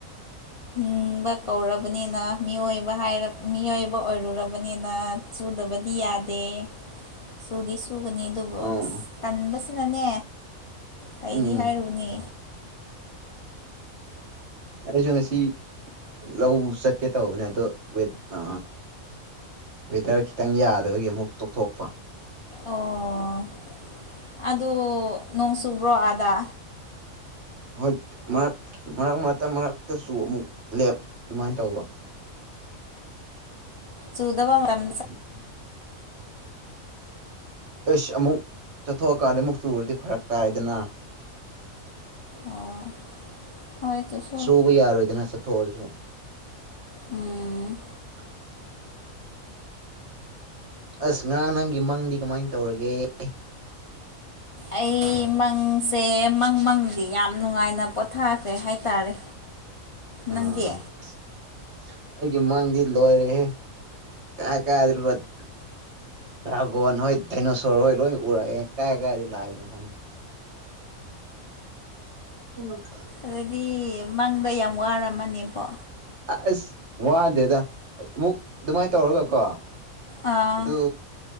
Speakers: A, on the left (about 60°); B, on the right (about 55°).
A: ꯍꯤꯡꯕ ꯀꯧꯔꯕꯅꯤꯅ ꯃꯤꯑꯣꯏꯕ ꯍꯥꯏꯔ ꯃꯤꯑꯣꯏꯕ ꯑꯣꯏꯔꯨꯔꯕꯅꯤꯅ ꯆꯨꯗꯕꯗꯤ ꯌꯥꯗꯦ ꯁꯨꯗꯤ ꯁꯨꯒꯅꯤ ꯑꯗꯨꯕꯨ
B: ꯑꯣ
A: ꯑꯁ ꯇꯟꯕꯁꯤꯅꯅꯦ ꯀꯩꯗꯤ
B: ꯎꯝ
A: ꯍꯥꯏꯔꯨꯅꯦ
B: ꯑꯩꯖꯨ ꯉꯁꯤ ꯂꯧ ꯆꯠꯀꯦ ꯇꯧꯕꯅꯦ ꯑꯗꯣ ꯋꯦꯠ ꯑ ꯋꯦꯗꯔ ꯈꯤꯇꯪ ꯌꯥꯗꯕꯒꯤ ꯑꯃꯨꯛ ꯇꯣꯛꯊꯣꯛꯄ
A: ꯑꯣ ꯑꯗꯨ ꯅꯣꯡ ꯆꯨꯕ꯭ꯔꯣ ꯑꯥꯗꯥ
B: ꯍꯣꯏ ꯃꯔꯛ ꯃꯔꯛ ꯃꯔ ꯃꯔꯛꯇꯆꯨ ꯃꯨꯛ ꯂꯦꯞ ꯑꯗꯨꯃꯥꯏ ꯇꯧꯕ
A: ꯆꯨꯗꯕ ꯃꯔꯝ
B: <inaudible> ꯑꯩꯁ ꯑꯃꯨꯛ ꯆꯠꯊꯣꯛꯑꯀꯥꯟꯗ ꯑꯃꯨꯛ ꯆꯨꯔꯗꯤ ꯐꯔꯛ ꯇꯥꯏꯗꯅ
A: ꯑꯣ ꯍꯣꯏ ꯇꯨꯁꯨ
B: ꯆꯨꯕ ꯌꯥꯔꯣꯏꯗꯅ ꯆꯠꯊꯣꯛꯑꯖꯨ
A: ꯎꯝ
B: <unintelligible> ꯑꯁ ꯉꯔꯥꯡ ꯅꯪꯒꯤ ꯃꯪꯗꯤ ꯀꯃꯥꯏꯟ ꯇꯧꯔꯒꯦ
A: ꯑꯩ ꯃꯪꯁꯦ ꯃꯪ ꯃꯪꯗꯤ ꯌꯥꯝ ꯅꯨꯉꯥꯏꯅ ꯄꯣꯊꯥꯈ꯭ꯔꯦ ꯍꯥꯏꯇꯥꯔꯦ
B: <unintelligible>
A: ꯅꯪꯗꯤ
B: ꯑꯁ ꯑꯩꯒꯤ ꯃꯪꯗꯤ ꯂꯣꯏꯔꯦꯍꯦ ꯀꯥꯏ <unintelligible> ꯗ꯭ꯔꯥꯒꯣꯟ ꯍꯣꯏꯠ ꯗꯥꯏꯅꯣꯁꯣꯔ ꯍꯣꯏ ꯂꯣꯏ ꯎꯔꯑꯦ ꯀꯥꯏ ꯀꯥꯏꯗꯩ ꯂꯥꯏꯅꯣ ꯈꯪ <unintelligible>
A: ꯑꯗꯨꯗꯤ ꯃꯪꯗ ꯌꯥꯝ ꯋꯥꯔꯝꯃꯅꯦꯕꯣ
B: ꯑꯁ ꯋꯥꯗꯦꯗ ꯑꯃꯨꯛ ꯑꯗꯨꯃꯥꯏ ꯇꯧꯔꯒ ꯀꯣ
A: ꯑꯥ
B: ꯑꯗꯨ